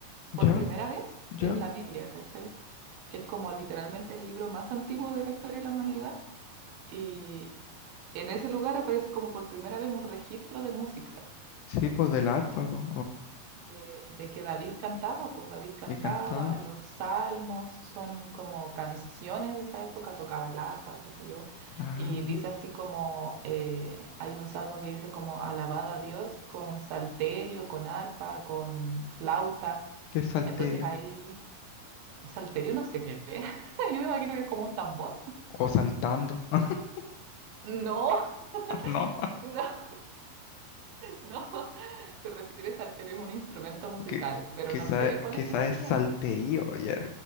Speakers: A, on the left; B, on the right.
A: ya,
B: por primera vez es
A: ya.
B: la Biblia, ¿cachai? Que es como literalmente el libro más antiguo de la historia de la humanidad y en ese lugar aparece como por primera vez un registro de música,
A: Sí, pues del arpa,
B: ¿cachai?
A: pues,
B: de, de que David cantaba, pues David cantaba,
A: que cantaba.
B: los salmos son como canciones de esa época, tocaba el arpa, qué sé yo,
A: Ah,
B: y dice así como, eh, hay un salmo que dice como alabad a Dios con salterio, con arpa, con flauta,
A: qué salterio.
B: entonces ahí, salterio no sé qué es, <laughs> yo me imagino que es como un tambor.
A: O saltando. <laughs>
B: No,
A: No,
B: <laughs> no, no, se refiere salterio, es un instrumento musical,
A: que,
B: pero
A: quizá,
B: no sé cuál
A: quizá
B: específicamente.
A: es salterío, ya.